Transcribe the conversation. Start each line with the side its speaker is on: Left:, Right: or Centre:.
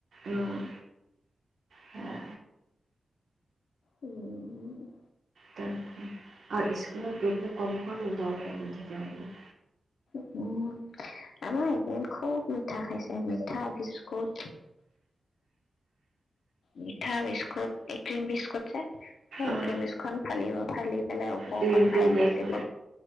Right: অ', সেয়া
Left: উম।
Right: তাকে আৰু স্কুলত গৈ পেলাই কমখন <unintelligible> থাকে বোলো
Left: উম, আমাৰ এইকেইদিন খুব মিঠা খাইছে। মিঠা বিস্কুট। মিঠা বিস্কুট, এই ক্ৰীম বিস্কুট যে, সেই
Right: অ',
Left: ক্ৰীম বিস্কুটখন ফালিব, ফালি। পেলাই ওপৰকণ
Right: দিনটো
Left: ভায়েকক
Right: উলিয়াই খাব
Left: দিব,